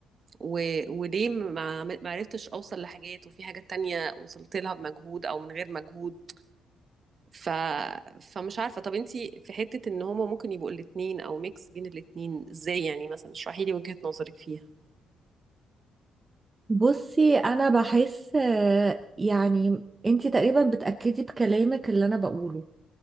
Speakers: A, on the right; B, on the right.
A: و... وليه ما ما عرفتش اوصل لحاجات وفي حاجات تانية وصلت لها بمجهود او من غير مجهود ف... فمش عارفة طب انتي في حتة ان هما ممكن يبقوا الاتنين او ميكس بين الاتنين ازاي يعني مثلا اشرحي لي وجهة نظرك فيها
B: بصي أنا بحس آه، يعني أنتي تقريبا بتأكدي بكلامك اللي أنا بقوله